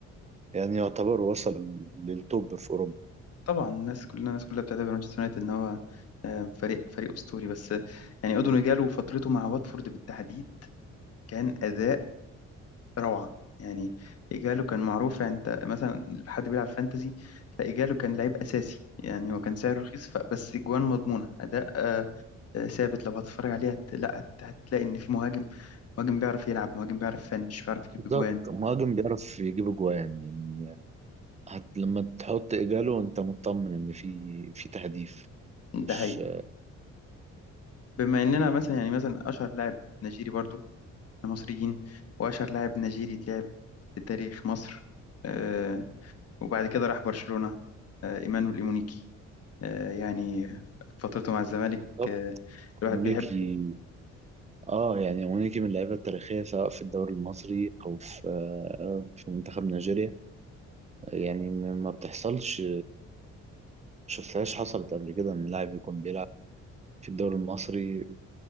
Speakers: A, on the right (about 25°); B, on the left (about 55°).
A: يعني يعتبر وصل للتوب في أوروبا
B: طبعا الناس كلنا الناس كلها بتعتبر مانشستر يونايتد ان هو آه، فريق فريق اسطوري بس آه، يعني اودون جالو فترته مع واتفورد بالتحديد كان اداء روعه يعني ايجالو كان معروف يعني انت مثلا حد بيلعب فانتزي فايجالو كان لعيب اساسي يعني هو كان سعره رخيص ف- بس جوان مضمونه اداء آه، آه، ثابت لو هتتفرج عليه هت... لا هت... هتلاقي ان في مهاجم مهاجم بيعرف يلعب مهاجم بيعرف يفنش بيعرف يجيب
A: بالظبط
B: جوان
A: مهاجم بيعرف يجيب أجوان يعني هت... لما تحط إجاله أنت مطمن إن في في تهديف مش
B: ده حقيقي بما اننا مثلا يعني مثلا اشهر لاعب نيجيري برضو مصريين وأشهر لاعب نيجيري اتلعب في تاريخ مصر آه، وبعد كده راح برشلونة آه، إيمانويل إيمونيكي آه، يعني فترته مع الزمالك
A: طب
B: آه، الواحد
A: مونيكي
B: بيحب
A: اه يعني مونيكي من اللعيبه التاريخيه سواء في الدوري المصري او في آه، في منتخب نيجيريا يعني ما ما بتحصلش شفتهاش حصلت قبل كده ان لاعب يكون بيلعب في الدوري المصري